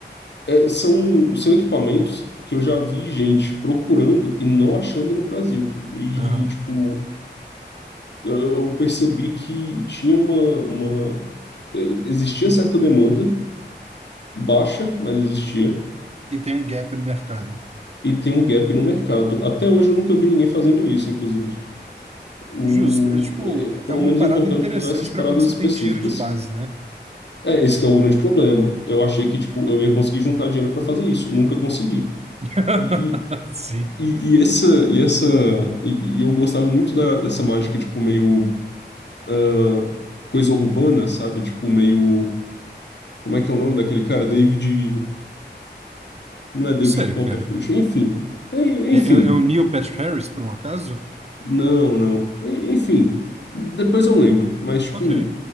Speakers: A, on the left; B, on the right.
A: é, são, são equipamentos que eu já vi gente procurando e não achando no Brasil. E,
B: Aham.
A: tipo, eu, eu percebi que tinha uma, uma. é, Existia certa demanda, baixa, mas existia.
B: E tem um gap no mercado.
A: e tem um gap no mercado. Até hoje eu nunca vi ninguém fazendo isso, inclusive. O,
B: Justo. É tipo,
A: é, pelo
B: é uma
A: menos
B: parada
A: é importante
B: interessante
A: dessas paradas
B: para quando você
A: específicas.
B: tem dinheiro de base, né?
A: É, esse que é o grande problema. Eu achei que tipo, eu ia conseguir juntar dinheiro para fazer isso, nunca consegui.
B: <laughs>
A: E,
B: Sim.
A: e, e essa e essa e, e eu gostava muito da, dessa mágica tipo meio ah, coisa urbana, sabe? Tipo meio como é que é o nome daquele cara? David, não é David
B: Não sei,
A: Copperfield,
B: cara.
A: enfim. É,
B: É,
A: enfim,
B: é- é o Neil Patrick Harris, por um acaso?
A: Não, não. En- Enfim, depois eu lembro. Mas, tipo,
B: Ok.